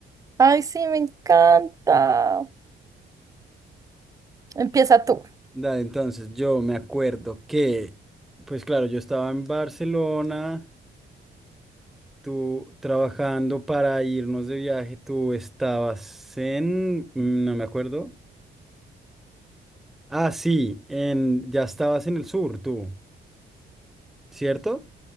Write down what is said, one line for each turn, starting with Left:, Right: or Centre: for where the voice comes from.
Right: Ay, sí, me encanta. Empieza tú.
Centre: Dale, entonces yo me acuerdo que, pues claro, yo estaba en Barcelona. Tú trabajando para irnos de viaje, tú estabas en, mm, no me acuerdo. Ah, sí, en, ya estabas en el sur, tú, ¿cierto?